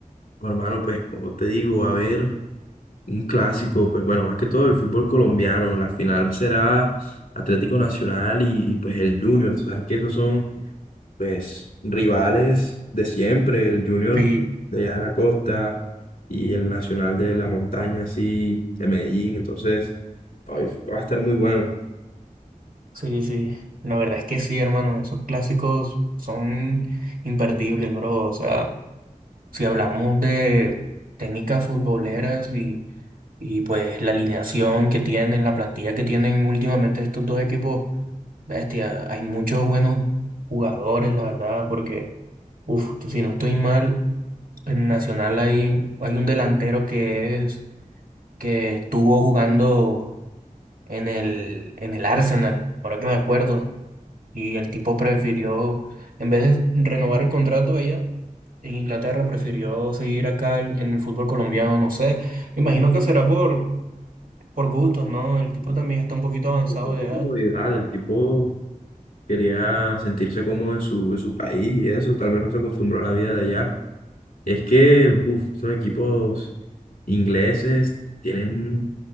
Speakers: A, on the left (about 85°); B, on the right (about 80°).
A: Oh, hermano, pues, como te digo, va a haber un clásico, pues, bueno, más que todo el fútbol colombiano. La final será Atlético Nacional y, y, pues, el Junior. Tú sabes que esos son pues rivales de siempre, el Junior
B: Sí,
A: de allá de la costa y el Nacional de la Montaña, así, de Medellín, entonces ay, va a estar muy bueno.
B: sí, sí. La verdad es que sí, hermano, esos clásicos son imperdibles, bro. O sea. Si hablamos de técnicas futboleras y, y pues la alineación que tienen, la plantilla que tienen últimamente estos dos equipos, bestia, hay muchos buenos jugadores, la verdad, porque, uff, si no estoy mal, en Nacional hay, hay un delantero que es, que estuvo jugando en el, en el Arsenal, ahora que me acuerdo. Y el tipo prefirió, en vez de renovar el contrato allá en Inglaterra, prefirió seguir acá en en el fútbol colombiano, no sé. Me imagino que será por, por gustos, ¿no? El tipo también está un poquito avanzado
A: De pronto
B: de edad.
A: comodidad, el tipo quería sentirse cómodo en su, en su país y eso, tal vez no se acostumbró a la vida de allá. Es que, uff, esos equipos ingleses tienen